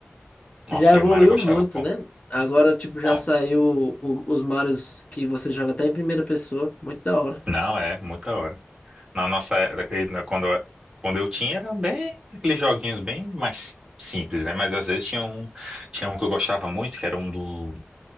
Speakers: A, on the right (about 20°); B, on the left (about 35°).
A: Nossa,
B: Já evoluiu
A: aí o Mario eu gostava.
B: muito,
A: Bom,
B: né? Agora, tipo, já
A: não,
B: saiu o- os Marios que você joga até em primeira pessoa. Muito da hora.
A: não, é, muita hora. Na nossa era, eh, quando, eu- quando eu tinha, era bem aqueles joguinhos bem mais simples, né? Mas às vezes tinha um, tinha um que eu gostava muito, que era um do,